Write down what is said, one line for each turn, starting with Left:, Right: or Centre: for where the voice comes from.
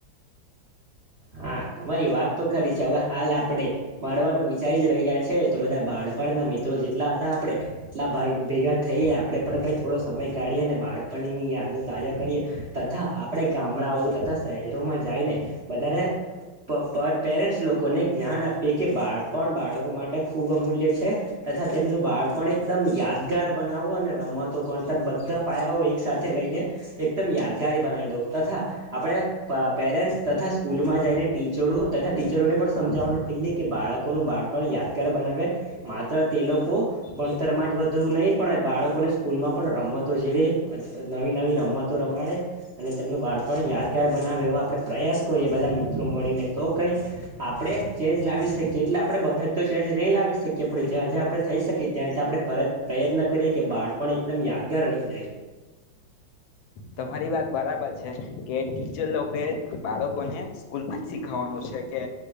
Right: હા, તમારી વાત તો ખરી છે. હવે હાલ આપડે મળવાનું વિચારી જ રહ્યા છે તો બધા બાળપણના મિત્રો જે ટલા હતા આપડે એટલા ભાઈ ભેગા થઈએ આપડે પણ કંઈ થોડો સમય કાઢીએ અને બાળપણની યાદો તાજા કરીએ તથા આપડે ગામડાઓ તથા શહેરોમાં જાયને વધારે પ પર પેરેન્ટ સી લોકોને જ્ઞાન આપીએ કે બાળ પણ બાળકો માટે ખૂબ અમૂલ્ય છે. તથા તેમનું બાળપણ એકદમ યાદગાર બનાવો અને રમતો, ભણતર બધ્ધા પાયાઓ એક સાથે લઈને એકદમ યાદગારી બનાવી દઉં તથા આપણે પા પેરેન્ટ્સ તથા સ સ્કૂલમાં જઈને ટીચરો તથા ટીચરોને પણ સમજાવવાનું કહીએ કે બાળકોનું બાળ પણ યાદગાર બનાવે. માત્ર તે લોકો ભણતરમાં જ વધવુ નહીં પણ બાળકોને સ્કૂલમાં પણ રમતો જેવી અજ અજ નવી નવી રમતો રમાડે. અને તેમનું બાળપણ યાદગાર બનાવે એવા આપડે પ્રયાસ કોરિએ એ બધા મિત્રો મળીને તો કઈ આપડે ચેન્જ લાવી શકીએ. એટલે આપડે બધા તો ચેન્જ નહીં લાવી શકીએ. પડે જ્યાં જ્યાં આપડે થઈ શકીએ ત્યાં ત્યાં આપડે પરત પ્રયત્ન કરીએ કે બાળપણ એકદમ યાદગાર રહી જાય.
Left: તમારી વાત બરાબર છે કે ટીચર લોકોએ બાળકોને સ્કૂલમાં જ શીખવાનું છે કે